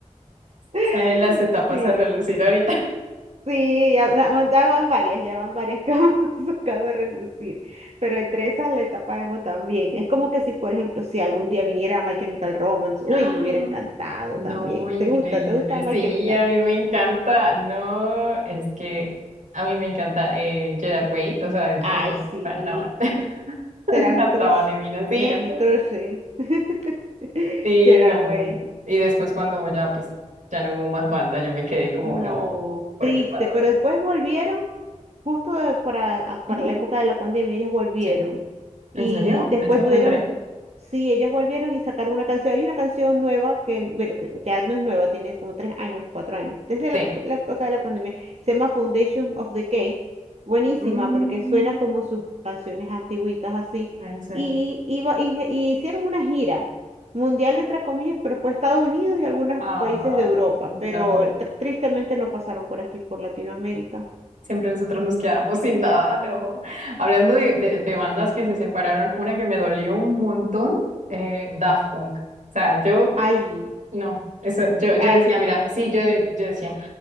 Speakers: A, on the right; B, on the right.
A: Salen
B: <laughs>
A: las etapas
B: Sí.
A: a relucir ahorita.
B: Sí, ya, ya van ya van varias, ya van varias que hemos <laughs> sacado a relucir, pero entre esas la etapa emo también. Es como que si, por ejemplo, si algún día viniera My Chemical Romance, uy,
A: ¡Ah!
B: me hubiera encantado
A: No,
B: también.
A: increíble.
B: ¿Te gusta? ¿Te gusta My
A: Sí,
B: Chemical?
A: a mí me encanta. No, es que a mí me encanta eh, Gerard Way. O sea, este,
B: Ay,
A: o
B: sí,
A: sea, no, <laughs>
B: será mi
A: cantaba
B: crush,
A: divino. Sí,
B: era mi
A: sí,
B: crush, sí. <laughs>
A: sí,
B: Gerard
A: no.
B: Way.
A: Y después cuando ya, pues, ya no hubo más banda, yo me quedé como,
B: No,
A: no, ¿por
B: triste,
A: qué pasó
B: pero
A: eso?
B: después volvieron, justo de- para, a-
A: Ujú,
B: para la época de la pandemia, ellos volvieron.
A: sí.
B: Y
A: ¿En serio?
B: después
A: ¿Eso no
B: tuvieron,
A: me enteré?
B: sí, ellos volvieron y sacaron una canción. Hay una canción nueva que, bueno, que ya no es nueva, tiene como tres años o cuatro años, desde
A: Sí.
B: la, la época de la pandemia, se llama Foundation of the Cake. Buenísima,
A: Mm,
B: porque suena como sus canciones antiguitas así.
A: en serio.
B: Y, iba, y y hicieron una gira. Mundial entre comillas, pero fue Estados Unidos y algunos
A: Ay,
B: países de Europa,
A: no.
B: pero tr- tristemente no pasaron por aquí, por Latinoamérica.
A: Siempre nosotros
B: Mm.
A: nos quedamos sin nada, no. Hablando de, de- de bandas que se separaron, una que me dolió un montón, eh, Daft Punk. O sea, yo,
B: Ay,
A: no, eso, yo, yo
B: ay,
A: decía, mira, sí, yo, yo decía,